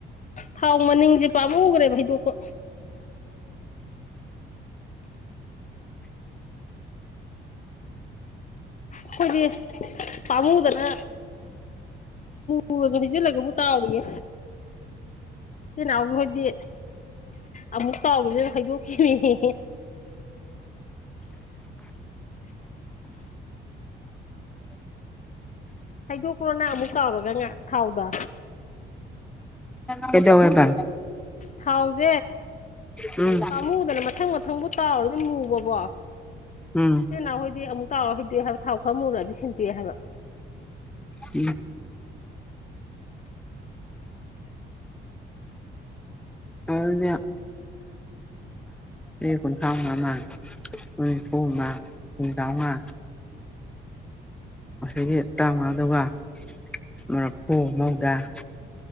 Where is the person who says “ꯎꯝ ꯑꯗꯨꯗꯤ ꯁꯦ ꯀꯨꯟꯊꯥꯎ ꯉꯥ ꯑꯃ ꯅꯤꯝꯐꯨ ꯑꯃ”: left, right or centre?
Centre